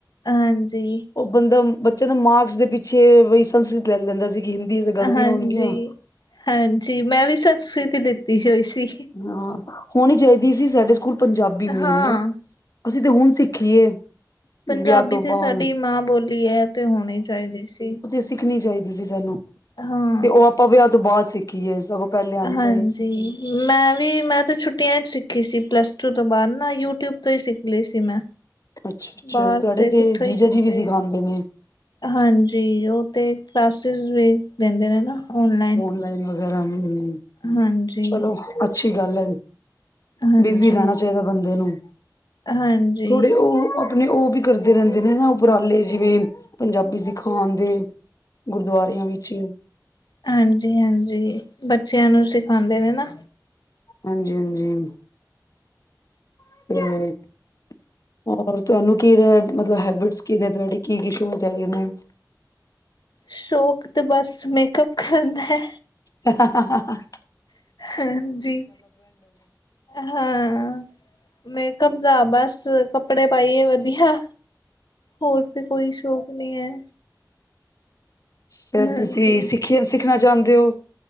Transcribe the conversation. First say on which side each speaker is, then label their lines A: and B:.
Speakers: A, on the left; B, on the left.
A: ਹਾਂਜੀ।
B: ਉਹ ਬੰਦਾ ਬੱਚਾ ਨਾ ਮਾਕਸ ਦੇ ਪਿੱਛੇ ਬਈ ਸੰਸਕ੍ਰਿਤ ਲੈ ਲੈਂਦਾ ਸੀ ਕਿ ਹਿੰਦੀ ਚ ਗ਼ਲਤੀਆਂ
A: ਹਾਂਜੀ
B: ਹੋਣਗੀਆਂ।
A: ਹਾਂਜੀ ਮੈਂ ਵੀ ਸਸਕ੍ਰਿਤੀ ਈ ਲਤੀ ਹੋਈ ਸੀ।
B: ਹਾਂ ਹੋਨੀ ਚਾਹੀਦੀ ਸੀ ਸਾਡੇ ਸਕੂਲ ਪੰਜਾਬੀ ਮੇਨ
A: ਹਾਂ
B: ਨਾ, ਅਸੀਂ ਤੇ ਹੁਨ ਸਿੱਖੀਏ।
A: ਪੰਜਾਬੀ
B: ਵਿਆਹ ਤੋਂ
A: ਤੇ
B: ਬਾਅਦ
A: ਸਾਡੀ ਮਾਂ ਬੋਲੀ ਐ ਤੇ ਹੋਣੀ ਚਾਹੀਦੀ ਸੀ।
B: ਸਿੱਖਨੀ ਚਾਹੀਦੀ ਸੀ ਸਾਨੂੰ
A: ਹਾਂ।
B: ਤੇ ਉਹ ਆਪਾਂ ਵਿਆਹ ਤੋਂ ਬਾਦ ਸਿੱਖੀਏ ਸਗੋਂ ਪਹਿਲੇ ਆਣੀ
A: ਹਾਂਜੀ।
B: ਚਾਹੀਦੀ ਸੀ।
A: ਮੈਂ ਵੀ, ਮੈਂ ਤੇ ਛੁੱਟੀਆਂ ਚ ਸਿੱਖੀ ਸੀ ਪਲੱਸ ਟੂ ਤੋਂ ਬਾਦ ਨਾ ਯੂਟਿਊਬ ਤੋਂ ਹੀ ਸਿੱਖ ਲਈ ਸੀ ਮੈਂ।
B: ਅੱਛਾ-ਅੱਛਾ,
A: ਬਾਹਰ
B: ਤੁਹਾਡੇ ਤੇ
A: ਕਿੱਥੋਂ
B: ਜੀਜਾ
A: ਹੀ ਸਿੱਖਦੇ
B: ਜੀ ਵੀ ਸਿਖਾੰਦੇ ਨੇ।
A: ਹਾਂਜੀ, ਉਹ ਤੇ ਕਲਾਸਿਸ ਵੀ ਦਿੰਦੇ ਨੇ ਨਾ। ਔਨਲਾਈਨ
B: ਓਨਲਾਈਨ ਵਗੈਰਾ, ਹੁੰ-ਹੁੰ,
A: ਹਾਂਜੀ।
B: ਚਲੋ ਅੱਛੀ ਗੱਲ ਐ।
A: ਹਾਂਜੀ,
B: ਬਿਜੀ ਰਹਿਣਾ ਚਾਹੀਦਾ ਬੰਦੇ ਨੂੰ,
A: ਹਾਂਜੀ,
B: ਥੋੜੇ ਉਹ ਅ ਆਪਨੇ ਉਹ ਵੀ ਕਰਦੇ ਰੇਂਦੇ ਨੇ ਨਾ ਉਪਰਾਲੇ, ਜਿਵੇਂ ਪੰਜਾਬੀ ਸਿਖਾਨਦੇ। ਗੁਰਦੁਆਰਿਆਂ ਵਿੱਚ।
A: ਹਾਂਜੀ-ਹਾਂਜੀ ਬੱਚਿਆਂ ਨੂੰ ਸਿਖਾਂਦੇ ਨੇ ਨਾ।
B: ਹਾਂਜੀ-ਹਾਂਜੀ। <unintelligible> ਹੋਰ ਤੁਹਾਨੂੰ ਕੀ ਨੇ ਮਤਲਬ ਹੈਬਿਟਸ ਕੀ ਨੇ, ਤੁਹਾਡੀ ਕੀ-ਕੀ ਸ਼ੌਂਕ ਹੈਗੇ ਨੇ।
A: ਸ਼ੌਕ ਤੇ ਬਸ ਮੇਕਅਪ ਕਰਨ ਦਾ ਹੈ।
B: ਹਹਹਾਹਾ
A: ਹਾਂਜੀ ਹਾਂ ਮੇਕਪ ਦਾ ਬਸ ਕੱਪੜੇ ਪਾਈਏ ਵਧੀਆ। ਹੋਰ ਤੇ ਕੋਈ ਸ਼ੌਕ ਨਹੀਂ ਹੈ।
B: ਫਿਰ
A: ਹਾਂਜੀ
B: ਤੁਸੀਂ ਸਿੱਖੀ ਸਿੱਖਣਾ ਚਾਹੁੰਦੇ ਹੋ